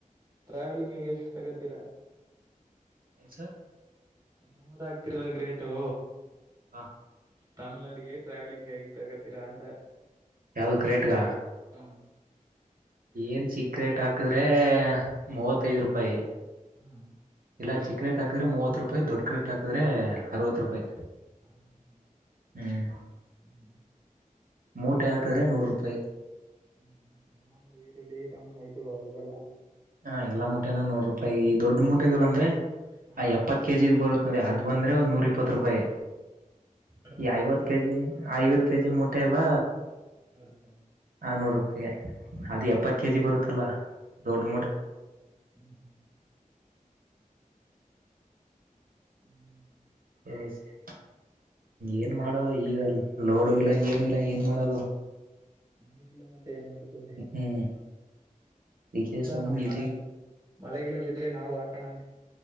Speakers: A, on the right; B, on the right.
A: ಟ್ರಾವೆಲಿಂಗ್ ಹಗೆ ಎಷ್ಟು ತಗತಿ ತಿರ
B: ಹಸ
A: ಟಮೋಟ ಹಕ್ತಿರಲ್ಲ ಗ್ರೇಟು
B: ಹಾ
A: ತಮಿಳ್ನಾಡಗೆ ಟ್ರಾವೆಲಿಂಗ್ಗೆ ತಗತೀರಾ ಅಂತ
B: ಯಾವ್ದು ಕ್ರೇಟ್ಗ
A: ಹ್ಮ
B: ಏನ್ ಚಿಕ್ರೆಟ್ ಹಾಕಿದ್ರೆ ಮೂವತ್ತೈದ್ ರೂಪಾಯಿ
A: ಹ್ಮ್
B: ಇಲ್ಲ ಚಿಕ್ ರೇ ಹಾಕ್ರೆ ಮೂವತ್ತು ರೂಪಾಯಿ ದೊಡ್ಡು ರೇಟ್ ಹಾಕಿದೆ ಅರವತ್ತು ರೂಪಾಯಿ
A: ಆ ಹ್ಮ
B: ಹ್ಮ್
A: ಹ್ಮ್
B: ಮೂಟೆ ಹಾಕಿದ್ರೆ ನೂರು ರೂಪಾಯಿ
A: ಹ್ಮ್ ಹ್ಮ್ ಮಾಮೂಲಿ ಈರುಳ್ಳಿಟಮ್ಮ ಇದು ಇದೆಲ್ಲಾ
B: ಹಾ ಎಲ್ಲಾ ಮುಟೆನ ನೂರ್ ರೂಪಾಯಿ ಈ ದೊಡ್ ಮುಟೆಗಳ ಅಂದ್ರೆ
A: ಹ್ಮ್
B: ಆ ಎಪ್ಪತ್ ಕೆ ಜಿ್ ಬರುತ್ ನೋಡಿ ಅದ್ ಬಂದ ಅಂದೆ ಒ ನೂ ಇಪ್ಪ ರೂಪಾಯಿ
A: ಕಡಿಮೆದಾದ್ರೆ
B: ಈ ಐವತ್ತು ಕೆಜಿ ಐವತ್ತು ಕೆ ಜಿ ಮುಟ್ಟೆ ಎಲ್ಲ
A: ಇರುತ
B: ಅನ್ನೂರು ರೂಪಾಯಾ ಅದು ಎಪ್ಪತ್ತು ಕೆ ಜಿ ಬರುತ್ತಲ್ಲ ದೊಡ್ಡ
A: ಹ್ಮ್ ಹ್ಮ್ ಹ್ಮ್
B: ಸರಿ ಸರಿ
A: ನಮಗೂಟ
B: ಏನ್ ಮಾಡದು ಈಗಲ್ ಲೋಡು ಇಲ್ಲ ಏನು ಇಲ್ಲ ಏನ್ ಮಾಡೋದು
A: ನೀರಿ ಇಲ್ಲ ಮ ಏನ್ ಮಾಡ್ತದೆ
B: ಹ್ಮ್ ಅದಕ್ಕೆ
A: ನೋಡೋಣ
B: ಸುಮ್ಗ
A: ಮಳೆ
B: ಇದಿ
A: <inaudible> ಮಳೆಗಿಳೆ ಬಿದ್ರೆ ನಾವು ಆ ಕಣ